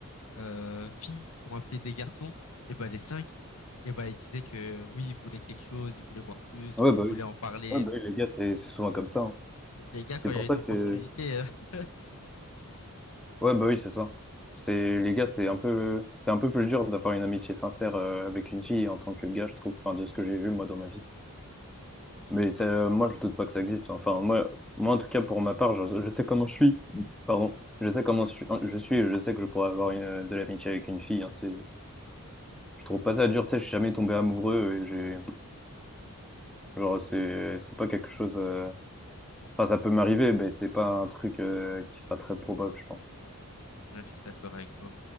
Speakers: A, on the left; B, in the centre.
A: euh, filles qui ont appelé des garçons, et bah les cinq, et bah ils disaient que oui, ils voulaient quelque chose, ils voulaient voir plus,
B: Ouais,
A: ou
B: bah
A: ils voulaient
B: oui.
A: en parler
B: Ouais, bah
A: et tout.
B: oui, les gars, c'est c'est souvent comme ça. hein.
A: Donc les gars, quand
B: C'est
A: il
B: pour
A: y a une
B: ça
A: opportunité,
B: que
A: euh, <laughs>
B: ouais bah oui c'est ça. C'est les gars c'est un peu c'est un peu plus dur d'avoir une amitié sincère euh, avec une fille en tant que gars je trouve enfin de ce que j'ai vu moi dans ma vie. Mais ça
A: ouais.
B: moi je doute pas que ça existe. hein. Enfin moi moi en tout cas pour ma part je, je sais comment je suis. Pardon. Je sais comment je suis hein, je suis et je sais que je pourrais avoir une, euh, de l'amitié avec une fille. hein. C'est je trouve pas ça dur tu sais je suis jamais tombé amoureux et j'ai
A: Mm.
B: genre c'est c'est pas quelque chose euh, enfin ça peut m'arriver mais c'est pas un truc euh, qui sera très probable je pense.
A: Ouais, je suis d'accord avec toi.